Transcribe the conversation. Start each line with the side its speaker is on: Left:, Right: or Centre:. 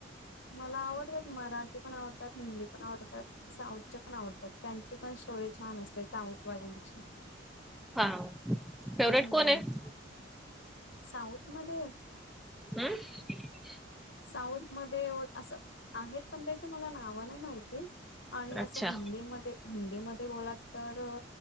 Left: मला आवडतात मराठी पण आवडतात हिंदी पण आवडतात. साऊथच्या पण आवडतात त्यांची पण स्टोरी छान असते साऊथवाल्यांची
Centre: हा फेवरेट
Left: हम्म
Centre: कोण आहे
Left: साऊथ मध्ये
Centre: ह
Left: साऊथ मध्ये असं आहेत पण त्याची मला नाव नाही माहिती. आणि असं
Centre: अच्छा
Left: हिंदीमध्ये हिंदीमध्ये बोलात तर